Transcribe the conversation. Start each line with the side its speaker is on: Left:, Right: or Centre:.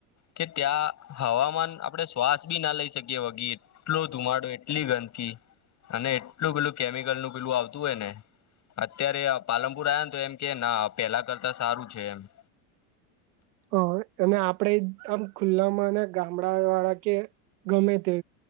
Left: કે ત્યાં હવામાન આપડે શ્વાસ બી ના લઈ શકીએ વગી એટલો ધુમાડો એટલી ગંદકી અને એટલું પેલું કેમિકલ નું પેલું આવતું. હો ને અત્યારે પાલનપુર આવ્યા ને તો એમ કે પેલા કરતા સારું છે એમ <inaudible>
Right: હ અને આપણેે આમ ખુલ્લામાં અને ગામડા વાળા કે ગમે તે